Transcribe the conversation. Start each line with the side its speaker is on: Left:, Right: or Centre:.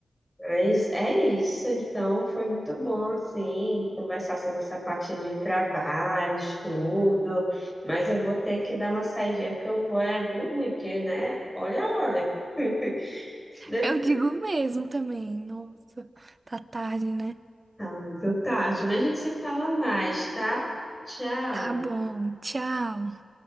Centre: Mas é isso, então foi muito bom, assim, conversar sobre essa parte de trabalho, estudo, mas eu vou ter que dar uma saidinha, porque eu vou é dormir, porque, né, olha a hora. <laughs> Depois-
Right: Eu digo mesmo também. Nossa, tá tarde, né?
Centre: Tá muito tarde, mas a gente se fala mais, tá? Tchau.
Right: Tá bom, tchau.